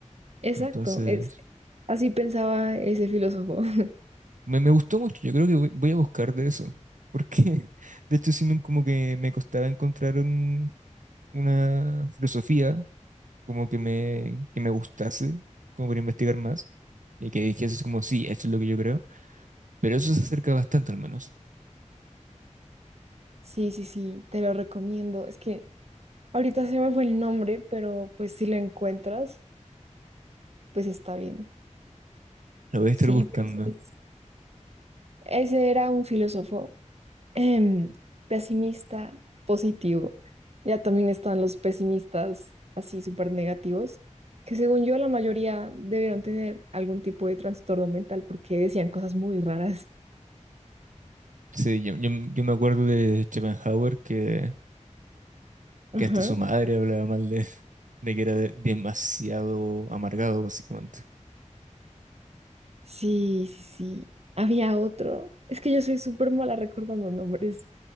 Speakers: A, on the right (about 55°); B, on the right (about 85°).
A: Exacto,
B: Entonces,
A: es, así pensaba ese filósofo. <laughs>
B: me, me gustó mucho, yo creo que voy, voy a buscar de eso, porque <laughs> de hecho sí me, como que me costaba encontrar un- una filosofía como que me, que me gustase, como para investigar más, y que dijese así como, sí, esto es lo que yo creo, pero eso se acerca bastante al menos,
A: Sí, sí, sí, te lo recomiendo. Es que ahorita se me fue el nombre, pero pues si lo encuentras, pues está bien.
B: lo voy a
A: Sí,
B: estar buscando.
A: pues es- ese era un filósofo em, pesimista, positivo. Ya también están los pesimistas así súper negativos, que según yo la mayoría debieron tener algún tipo de trastorno mental porque decían cosas muy raras.
B: Sí, yo, yo, yo me acuerdo de Schopenhauer que,
A: Ajá.
B: que hasta su madre hablaba mal de, de que era de- demasiado amargado, básicamente.
A: Sí, sí, sí. Había otro. Es que yo soy súper mala recordando nombres,